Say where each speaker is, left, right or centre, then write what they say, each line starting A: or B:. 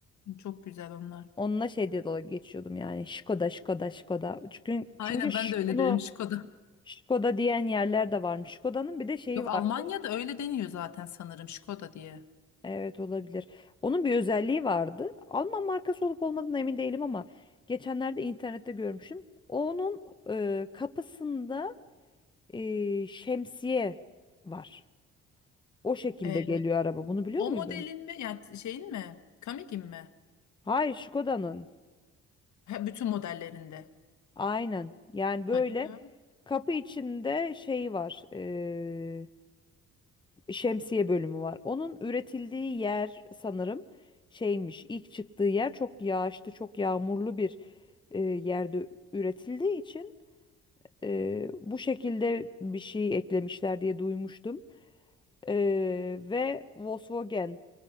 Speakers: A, on the left (about 70°); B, on the left (about 15°).
A: Çok güzel onlar.
B: Onunla şey diye dalga geçiyordum yani. Skoda, Skoda, Skoda. Çünkü,
A: Aynen
B: çünkü ş-
A: ben de öyle
B: bunu
A: dedim Skoda.
B: Skoda diyen yerler de varmış. Skoda'nın bir de şeyi
A: Yok
B: var.
A: Almanya'da öyle deniyor zaten sanırım Skoda diye.
B: Evet olabilir. Onun bir özelliği vardı. Alman markası olup olmadığına emin değilim ama geçenlerde internette görmüşüm. Onun e, kapısında e, şemsiye var. O şekilde
A: Ee,
B: geliyor araba. Bunu biliyor
A: o
B: muydun?
A: modelin mi yani şeyin mi? Kamig'in mi?
B: Hayır, Skoda'nın.
A: Ha, bütün modellerinde.
B: Aynen. Yani böyle
A: Hadi ya.
B: kapı içinde şey var. e, şemsiye bölümü var. Onun üretildiği yer sanırım şeymiş. ilk çıktığı yer çok yağışlı, çok yağmurlu bir e, yerde üretildiği için e, bu şekilde bir şey eklemişler diye duymuştum. E, ve Volkswagen'le